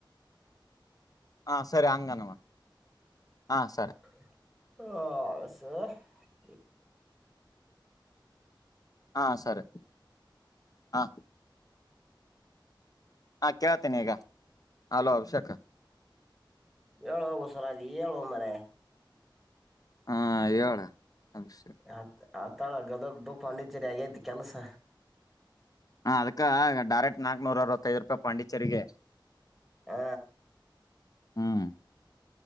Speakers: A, on the left; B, in the centre.
A: ಹಾ ಸರಿ ಹಂಗನವಾ <inaudible> ಹಾ ಸರಿ
B: ಹಾ <unintelligible>
A: ಹಾ ಸರಿ <inaudible> ಹಾ ಹಾ ಕೇಳ್ತೇನಿ ಈಗ <inaudible> ಹಲೋ ಅಭಿಷೇಕ್
B: ಹೇಳುವ ಬಸವರಾಜು ಹೇಳೋ ಮಾರಾಯ
A: ಹಾ ಹೇಳ್ ಅಭಿಷೇಕ್
B: ಆತ್ ಆತಾಳ ಗದಗ್ದು ಪಾಂಡಿಚೇರಿ ಆಗೈತಿ ಕೆಲ್ಸ
A: ಹಾ ಅದಕ್ಕ ಡೈರೆಕ್ಟ್ ನಾಕ್ನೂರ ಅರವತ್ತೈದು ರೂಪಾಯಿ ಪಾಂಡಿಚೆರಿಗೆ
B: ಹಾ
A: ಹ್ಮ್